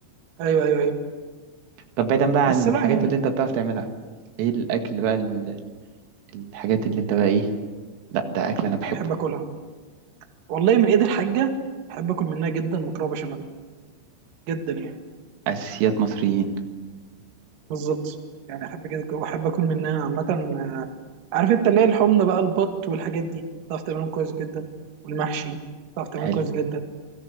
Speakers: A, on the right (about 50°); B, on the right (about 80°).
A: أيوه أيوه أيوه
B: طب بعيدا بقى
A: بس
B: عن
A: لا
B: الحاجات
A: يعني
B: اللي انت بتعرف تعملها ايه الاكل بقى ال- الحاجات اللي انت بقى ايه لا ده اكل انا بحبه
A: بحب أكلها والله من إيد الحاجة بحب أكل منها جدا مكرونة بشاميل جدا يعني
B: اساسيات مصريين
A: بالظبط يعني احب كده واحب اكل منها عامه آه، عارف انت اللي هي الحمص بقى البط والحاجات دي تعرف تعملهم كويس جدا والمحشي تعرف تعمله
B: حلو
A: كويس جدا